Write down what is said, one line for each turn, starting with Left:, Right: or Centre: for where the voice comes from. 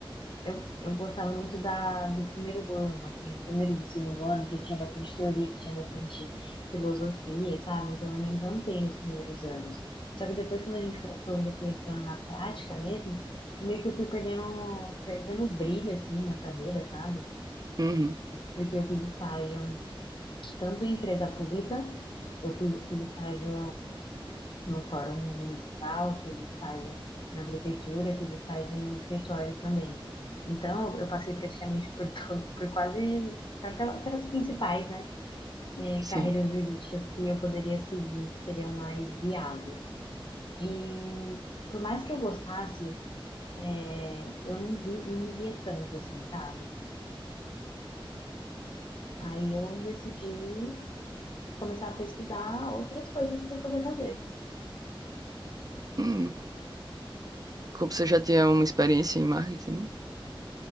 Left: Eu, eu gostava muito da, do primeiro ano, assim, do primeiro e do segundo ano, que tinha bastante teoria, que tinha bastante filosofia, sabe? Então eu me encantei nos primeiros anos. Só que depois, quando a gente foi, quando eu fui entrando na prática mesmo, meio que eu fui perdendo, perdendo o brilho, assim, na carreira, sabe?
Right: Uhum.
Left: Porque eu fiz estágio tanto em empresa pública, eu fui, fiz estágio no fórum municipal, fiz estágio na prefeitura, fiz estágio em escritório também. Então, eu passei praticamente por <laughs> todo, por quase, pela- pelas principais, né, eh,
Right: Sim.
Left: carreiras jurídicas que eu poderia seguir, que seriam mais viáveis. E por mais que eu gostasse, eh, eu não vi, não me via tanto assim, sabe? Aí eu decidi começar a pesquisar outras coisas para eu poder fazer.
Right: Hum, como você já tinha uma experiência em marketing, né?